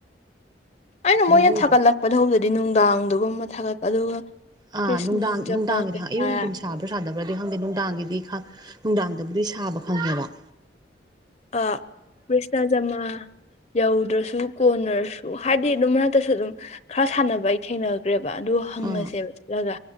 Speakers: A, on the left; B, on the right.
A: ꯑꯩꯅ ꯃꯣꯏꯅ
B: ꯖꯒꯣꯏꯗꯣ
A: ꯊꯥꯒꯠꯂꯛꯄꯗꯧꯕꯗꯗꯤ ꯅꯨꯡꯗꯥꯡꯗꯨꯒꯨꯝꯕ ꯊꯥꯒꯠ ꯑꯗꯨꯒ
B: ꯑꯥ
A: ꯀ꯭ꯔꯤꯁꯅꯖꯃꯥ
B: ꯅꯨꯡꯗꯥꯡ ꯅꯨꯡꯗꯥꯡꯒꯤꯗꯤ
A: ꯀꯩꯀꯥ
B: ꯈꯪ ꯑꯌꯨꯛ ꯅꯨꯡꯊꯤꯟ ꯁꯥꯕ꯭ꯔꯥ ꯁꯥꯗꯕ꯭ꯔꯗꯤ ꯈꯪꯗꯦ ꯅꯨꯡꯗꯥꯡꯒꯤꯗꯤ ꯅꯨꯡꯗꯥꯡꯗꯕꯨꯗꯤ ꯁꯥꯕ ꯈꯪꯉꯦꯕ
A: ꯑ ꯀ꯭ꯔꯤꯁꯅꯖꯃꯥ ꯌꯧꯗ꯭ꯔꯁꯨ ꯀꯣꯟꯅꯔꯁꯨ ꯍꯥꯏꯗꯤ ꯑꯗꯨꯝ ꯃꯔꯛꯇꯁꯨ ꯑꯗꯨꯝ ꯈꯔ ꯁꯥꯟꯅꯕ ꯑꯩ ꯈꯦꯡꯅꯕ ꯆ꯭ꯔꯦꯕ ꯑꯗꯨꯗꯣ ꯍꯪꯉꯁꯦꯕ
B: ꯑꯥ
A: ꯆꯠꯂꯒ